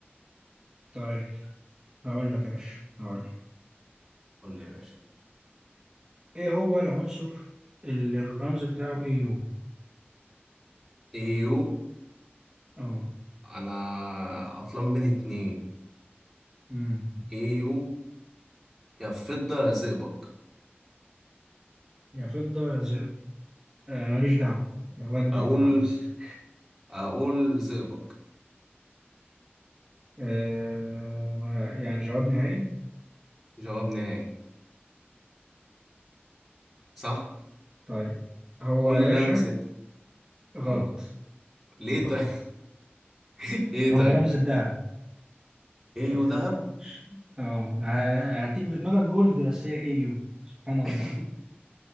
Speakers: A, on the right; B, in the centre.
A: طيب هقول لك يا باشا هقول لك
B: قول لي يا باشا
A: إيه هو العنصر اللي الرمز بتاعه اي يو
B: ايو
A: أه
B: انا عطلان بين اتنين
A: أمم.
B: ايو يا فضة يا زئبق
A: يا فضة يا ذهب آه ماليش دعوة ودي
B: اقول
A: أنت مع نفسك
B: اقول زئبق
A: آه يعني جواب نهائي
B: جواب نهائي صح
A: طيب هو
B: قول
A: يا
B: لي
A: باشا
B: اللي انا كسبت اه
A: غلط
B: ليه
A: غلط
B: طيب <laughs> ايه
A: هو
B: طيب
A: رمز الذهب
B: ايو
A: شفت
B: دهب
A: بقى ش- أه ه- هتيجي في دماغك جولد بس هي اي يو سبحان الله
B: <laughs>